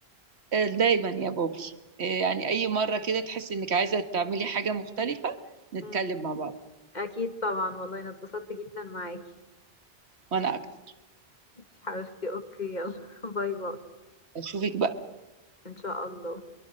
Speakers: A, on the right (about 80°); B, on the left (about 45°).
A: آه، دايما يا بوبي آه، يعني أي مرة كده تحس إنك عايزة تعملي حاجة مختلفة نتكلم
B: مم.
A: مع بعض
B: اكيد طبعا والله انا اتبسطت جدا معاكي
A: وأنا أكتر
B: مش حبيبتي اوكي يلا <laughs> باي باي
A: أشوفك بقى
B: ان شاء الله